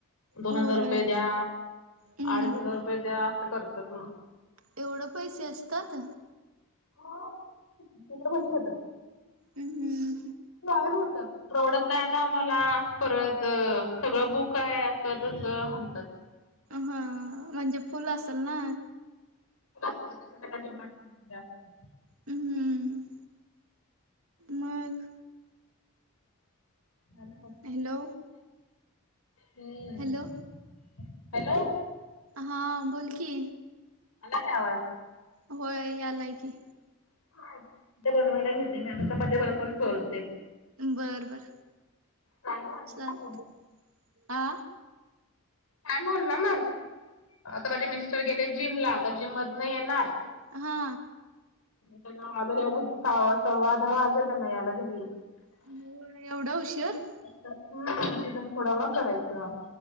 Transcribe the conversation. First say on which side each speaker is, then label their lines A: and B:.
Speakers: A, on the left; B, on the right.
A: दोन
B: होय
A: हजार रुपये द्या
B: हम्म
A: अडीच हजार रुपये द्या असं करत्यात मग,
B: एवढं पैसे असतात?
A: हो, पेमेंट जास्त घेतात.
B: हम.
A: गायब होता, परवडत नाही आता आम्हाला परत सगळं बुक आहे अस तसं म्हणतात.
B: हां म्हणजे फुल असंल ना,
A: <unintelligible> डिमांड जास्त
B: हम्म मग,
A: हॅलो
B: हॅलो
A: हम्म
B: हॅलो
A: हॅलो.
B: हां बोल की,
A: आला काय आवाज?
B: होय यालाय की.
A: चपात्या बनवायला घेते मी चपात्या बनवत बनवत बोलते.
B: बर बर
A: टाइम लागेल
B: चालतय
A: ना
B: आ,
A: काय बोल ना मग. आता माझे मिस्टर गेले जिमला. आता जिम मधन येणार.
B: हा.
A: त्यांना वाजल यायला सहा सव्वा दहा वाजल त्यांना यायला घरी.
B: हो. एवढं उशर.
A: हम. तिथून पूढ मग करायचं.